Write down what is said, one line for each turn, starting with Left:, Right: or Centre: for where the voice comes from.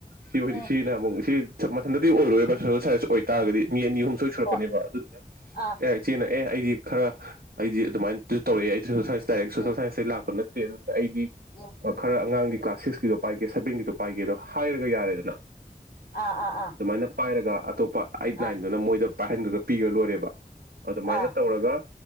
Right: ꯁꯤ
Left: ꯎꯝ
Right: ꯁꯤ ꯁꯤ ꯊꯟꯗꯗꯤ ꯑꯣꯏꯔꯣꯏꯕ ꯁꯣꯁꯦꯜ ꯁꯥꯢꯟꯁ ꯑꯣꯏꯇꯥꯔꯒꯗꯤ ꯃꯤ ꯑꯅꯤ ꯑꯍꯨꯝ ꯁꯣꯏ ꯁꯨꯔꯛꯀꯅꯦꯕ
Left: ꯍꯣꯏ
Right: ꯑꯗꯨꯗꯨꯅ
Left: ꯑꯥ
Right: ꯑꯦ ꯆꯤꯅ ꯑꯦ ꯑꯩꯗꯤ ꯈꯔ ꯑꯩꯗꯤ ꯑꯗꯨꯃꯥꯏꯅ ꯇꯧꯔꯛꯑꯦ ꯑꯩ ꯁꯣꯁꯦꯜ ꯁꯥꯏꯁ ꯗꯥꯔꯦꯛ ꯁꯣꯁꯦꯜ
Left: ꯎꯝ
Right: ꯁꯟꯁꯇꯩ ꯂꯥꯛꯄ ꯅꯠꯇꯦ ꯄꯦ ꯑꯩꯗꯤ
Left: ꯎꯝ
Right: ꯈꯔ ꯑꯉꯥꯡꯒꯤ ꯀ꯭ꯂꯥꯁ ꯁꯤꯛꯁꯀꯤꯗꯣ ꯄꯥꯏꯒꯦ ꯁꯕꯦꯟꯒꯤꯗꯣ ꯄꯥꯏꯒꯦꯗꯣ ꯍꯥꯏꯔꯒ ꯌꯥꯔꯦꯗꯅ
Left: ꯑꯥ ꯑꯥ ꯑꯥ
Right: ꯑꯗꯨꯃꯥꯏꯅ ꯄꯥꯏꯔꯒ ꯑꯇꯣꯞ ꯑꯩꯠ
Left: ꯑꯥ
Right: ꯅꯥꯏꯟꯗꯨꯅ ꯃꯣꯏꯗ ꯄꯥꯏꯍꯟꯈ꯭ꯔꯒ ꯄꯤꯔ ꯂꯣꯏꯔꯦ <unintelligible> ꯑꯗꯨꯃꯥꯏꯅ
Left: ꯑꯥ
Right: ꯇꯧꯔꯒ